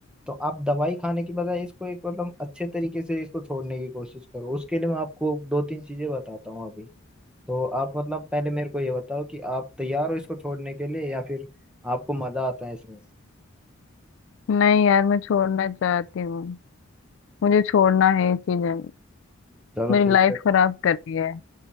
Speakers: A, in the centre; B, on the left.
A: तो आप दवाई खाने की बजाय इसको एक मतलब अच्छे तरीके से इसको छोड़ने की कोशिश करो उसके लिए मैं आपको दो तीन चीज़ें बताता हूँ अभी तो आप मतलब पहले मेरे को ये बताओ कि आप तैयार हो इसको छोड़ने के लिए या फिर आपको मज़ा आता है इसमें
B: नहीं यार मैं छोड़ना चाहती हूँ मुझे छोड़ना है ये चीजें
A: चलो
B: मेरी
A: ठीक
B: लाइफ
A: है
B: खराब कर रही है